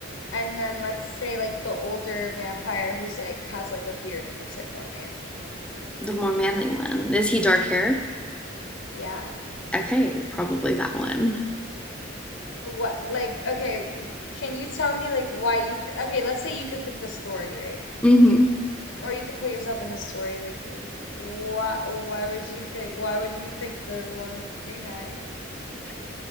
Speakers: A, on the left (about 80°); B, in the centre.
A: and then let's say like the older vampire who's like has like a beard and looks like more manly.
B: The more manly one. Is he dark haired?
A: Yeah.
B: Okay, probably that one.
A: What like okay? w- Can you tell me like why you th okay? Let's say you could pick the story, right?
B: hmm <gasps>
A: Or you could put yourself in the story. Like why? Why would you pick? Why wouldn't you pick the one with the green eyes?